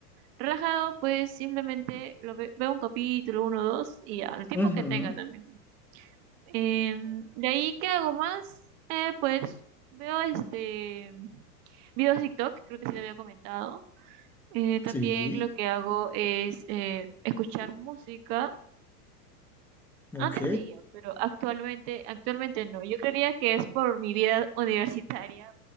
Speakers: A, on the right; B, in the centre.
A: relajado, pues simplemente lo ve- veo un capítulo, uno o dos, y ya, el tiempo
B: Ujú,
A: que tenga también. Em, de ahí, ¿qué hago más? Eh, pues veo este. Videos de TikTok, creo que sí lo había comentado. Eh, también
B: sí,
A: lo que hago es eh, escuchar música.
B: ok.
A: Antes leía, pero actualmente, actualmente no. Yo creería que es por mi vida universitaria,